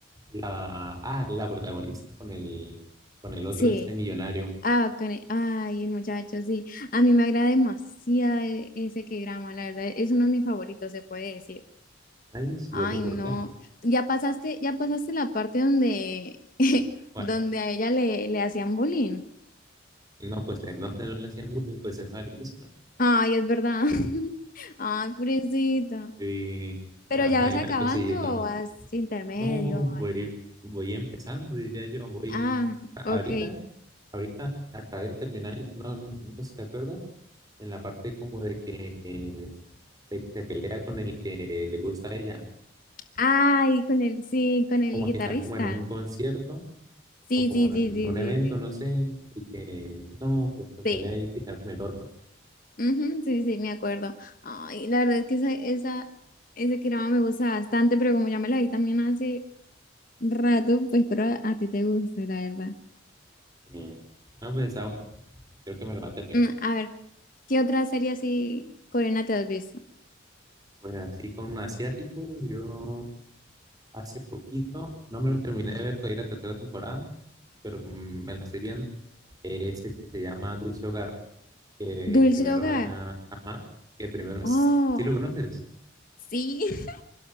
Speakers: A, on the right (about 20°); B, on the left (about 40°).
A: La, ah, la protagonista con el, con el otro
B: sí.
A: este millonario.
B: Ah, con e- Ay, muchachos, sí. A mí me agrada demasiado e- ese k drama la verdad. Es uno de mis favoritos, se puede decir.
A: Ay, sí,
B: Ay,
A: ¿eso por
B: no.
A: qué?
B: Ya pasaste, ya pasaste la parte donde, <laughs>
A: Bueno,
B: donde a ella le, le hacían bullying.
A: no, pues en donde no le hacían bullying, pues eso al inicio, ¿no?
B: Ay, es verdad. <laughs> Ay, pobrecita.
A: Y
B: ¿Pero
A: no,
B: ya
A: hay
B: vas
A: una
B: acabando
A: cosita.
B: o vas intermedio?
A: No,
B: o vas
A: voy,
B: a-
A: voy empezando, diría yo, voy
B: Ah,
A: ahorita,
B: ok.
A: ahorita acabé de terminar, el- no, no no sé si te acuerdas, en la parte como de que eh, de que se pelea con el que le gusta a ella,
B: Ay, con el, sí, con el
A: como
B: guitarrista.
A: que están como en un concierto
B: Sí,
A: o como
B: sí,
A: en
B: sí, sí,
A: un
B: sí,
A: evento,
B: sí.
A: no sé, y que no, pues se pelea
B: Sí.
A: y que se con el otro.
B: Ujú, sí, sí, me acuerdo. Ay, la verdad es que esa, esa, ese drama me gusta bastante, pero como ya me la vi también hace rato, pues espero a ti te guste, la verdad.
A: Eh, no, pues está bueno, creo que me lo va a terminar.
B: Mm, a ver, ¿qué otra serie así coreana te has visto?
A: Pues así con asiáticos, yo hace poquito, no me lo terminé de ver todavía la tercera temporada, pero mm, me la estoy viendo. Es el que se llama Dulce Hogar, que
B: Dulce
A: primero
B: Hogar.
A: era, ajá, que primero es,
B: Oh,
A: ¿sí lo conoces?
B: sí. <laughs>